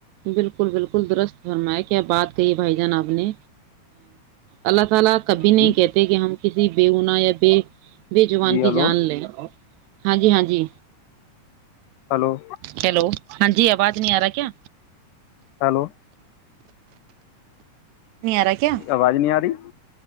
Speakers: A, on the right; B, on the left.
A: بالکل بالکل درست بنما ہے کیا بات کہیے بھائی جان آپ اپ نے اللہ خال کبھی
B: جی
A: نہیں کہتے کہ ہم کسی بےگنا یا بے بےجبان
B: جی
A: کی
B: ہلو
A: جان لیں ہاں جی ہاں جی
B: ہلو
A: ہیلو ہاں جی آواز نہیں آ رہا کیا
B: ہلو
A: نہیں آ رہا کیا
B: آواز نہیں آ رہی